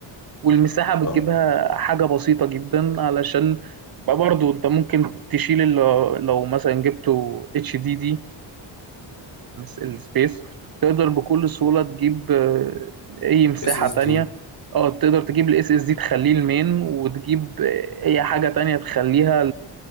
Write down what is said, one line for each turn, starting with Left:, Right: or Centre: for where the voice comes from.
Right: والمساحة بتجيبها
Left: اه
Right: حاجة بسيطة جدا علشان بقى برضو انت ممكن تشيل اللي لو مثلا جبته اتش دي دي السبيس تقدر بكل سهولة تجيب آه، اي مساحة
Left: اس اس
Right: تانية
Left: دي
Right: اه تقدر تجيب الاس اس دي تخليه المين وتجيب آه، اي حاجة تانية تخليها